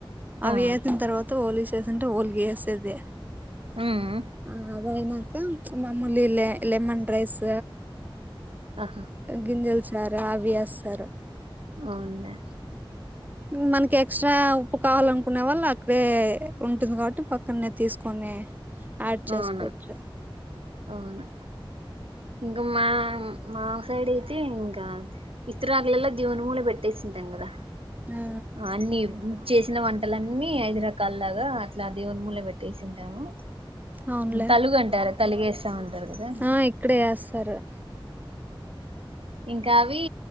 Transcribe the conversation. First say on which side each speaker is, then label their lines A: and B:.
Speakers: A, on the right; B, on the right.
A: అవి
B: ఆ
A: ఏసిన్ తర్వాత ఓలి చేసంటే ఓలిగా ఏసేది
B: ఉమ్
A: ఆ అది అయినాక మమ్ములి లే లెమన్ రైస్
B: ఆహా
A: గింజల సార అవి ఏస్తారు
B: అవున్లె
A: మనకి ఎక్సట్రా ఉప్పు కావాలనుకునే వాళ్ళు అక్కడే ఉంటుంది కాబట్టి పక్కనే తీసుకొని ఆడ్ చేసుకోవచ్చు
B: అవును అవును ఇంకా మా మా సైడ్ అయితే ఇంకా ఇస్తారకులలో దేవుని ముల పెట్టే సింటాం గదా
A: ఆ
B: అన్నీ చేసిన వంటలన్నీ హైదరా కాల్ లాగా అట్లా దేవునిముూల పెట్టేసింటాము
A: అవునులే
B: తలుగు అంటార తలుగేస్తామ కదా
A: ఆ ఇక్కడే ఏస్తారు.
B: ఇంకా అవి